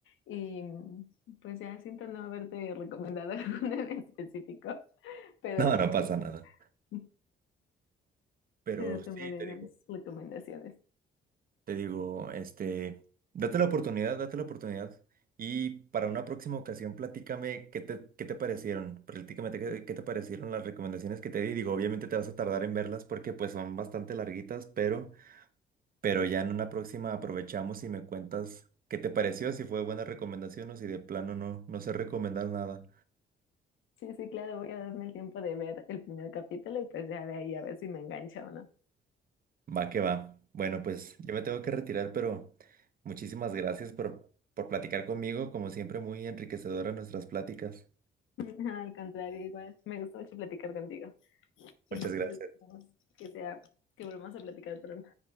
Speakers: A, on the left; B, on the right.
A: y mm, pues ya siento no haberte recomendado <laughs> alguna en específico, pero,
B: No, no pasa nada.
A: <laughs>
B: Pero
A: pero
B: sí,
A: tomaré
B: te digo.
A: las recomendaciones.
B: Te digo, este, date la oportunidad, date la oportunidad. Y para una próxima ocasión, platícame qué te, qué te parecieron. Platícame qué, qué te parecieron las recomendaciones que te di. Digo, obviamente te vas a tardar en verlas porque pues son bastante larguitas, pero, pero ya en una próxima aprovechamos y me cuentas qué te pareció, si fue buena recomendación o si de plano no, no sé recomendar nada.
A: Sí, sí, claro, voy a darme el tiempo de ver el primer capítulo y pues ya de ahí a ver si me engancha o no.
B: Va que va. Bueno, pues yo me tengo que retirar, pero muchísimas gracias por, por platicar conmigo. Como siempre, muy enriquecedora nuestras pláticas.
A: <laughs> Al contrario, igual, me gustó mucho platicar contigo. Y
B: Muchas gracias.
A: pues esperamos que sea, que volvamos a platicar pronto.